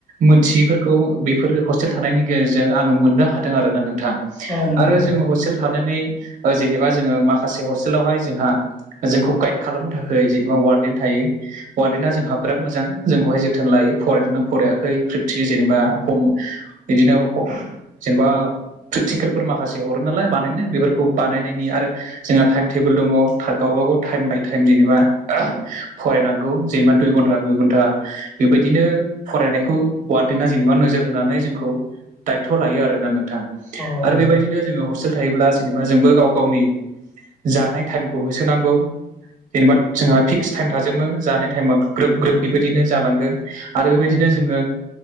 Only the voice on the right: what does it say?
मोनथियैफोरखौ बेफोर हस्टेल थानायनि गेजेरजों आङो मोननो हादों आरोना नोंथां।
आरो जोङो हस्टेल थानानै जेनेबा जोङो माखासे हस्टेलावहाय जोंहा जोंखौ गाइद खालामनो थाखाय जेनेबा वार्डेन थायो वार्डेना जोंहा बिराद मोजां जोंखौहाय जोथोन लायो फरायदोंना फरायाखै प्रिथि जेनेबाम बिदिनो जेनेबा प्रेकटिकेलफोर माखासे हरो नालाय बानायनो बेफोरखौ बानायनायनि आरो जोंहा टाइम टेबोल दङ। गावबाागाव टाइम बाय टाइम जेनेबा फरायनांगौ जेनेबा दुइ घन्टा दुइ घन्टा बेबायदिनो फरायनायखौ वार्डनाआ जेनेबा नोजोर होनानै जोंखौ दायथ' लायो आरोना नोंथां
आरो बेबायदिनो जोङो हसल थायोब्ला जेनेबा जोंबो गाव गावनि जानाय टाइमखौ होसोनांगौ। जेनेबा
जोंहा फिक्स टाइम थाजोबो जानाय टाइमा ग्रोब ग्रोब बेबायदिनो जालांगोन। आरो बेबायदिनो
जोङो